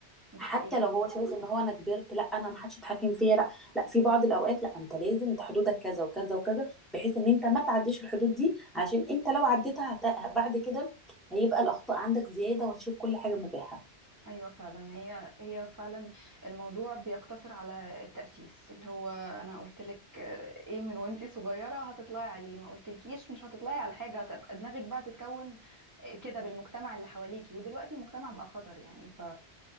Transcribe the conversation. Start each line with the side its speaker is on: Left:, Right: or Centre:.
Right: دي
Centre: حتى
Right: حقيقة
Centre: لو هو شايف ان هو انا كبرت لا انا ما حدش يتحكم فيا لا لا في بعض الاوقات لا انت لازم انت حدودك كذا وكذا وكذا بحيث ان انت ما تعديش الحدود دي عشان انت لو عديتها هت- بعد كده هيبقى الاخطاء عندك زياده وهتشوف كل حاجه مباحه
Right: ايوه فعلا هي هي فعلا الموضوع بيقتصر على التأسيس اللي هو انا قلت لك آه، ايه من وانتي صغيرة هتطلعي عليه ما قلتلكيش مش هتطلعي على حاجة هتبقى دماغك بقى تتكون آه، كده بالمجتمع اللي حواليكي ودلوقتي المجتمع بقى خطر يعني ف...